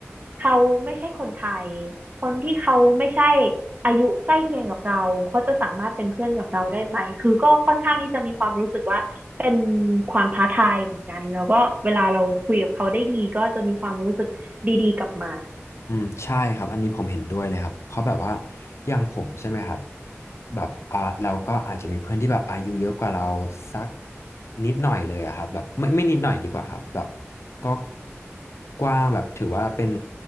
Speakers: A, on the right; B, on the left.
A: เขาไม่ใช่คนไทยคนที่เขาไม่ใช่อายุใกล้เคียงกับเราเขาจะสามารถเป็นเพื่อนกับเราได้ไหมคือก็ค่อนข้างที่จะมีความรู้สึกว่าเป็นความท้าทายเหมือนกันแล้วก็เวลาเราคุยกับเขาได้ดีก็จะมีความรู้สึกดีๆกลับมา
B: อืมใช่ครับอันนี้ผมเห็นด้วยเลยครับเพราะแบบว่าอย่างผมใช่ไหมครับแบบอ่าเราก็อาจจะมีเพื่อนที่แบบอายุเยอะกว่าเราสักนิดหน่อยเลยอะครับแบบไม่ไม่นิดหน่อยดีกว่าครับแบบก็กว้างแบบถือว่าเป็น